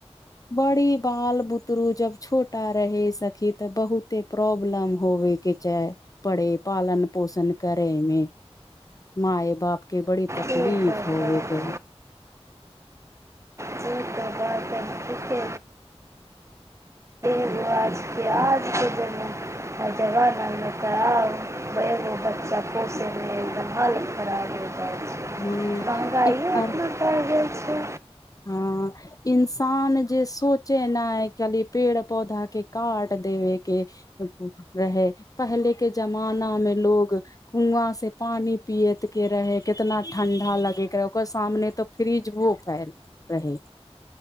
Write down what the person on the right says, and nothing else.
से तऽ
चेक के बात अब ठीके जकेजमे <inaudible> न जवानामे तगो बच्चा पोसे रह एकदमाल खड़ा रह
महँगाइो
उतना पड़ि गेल छै।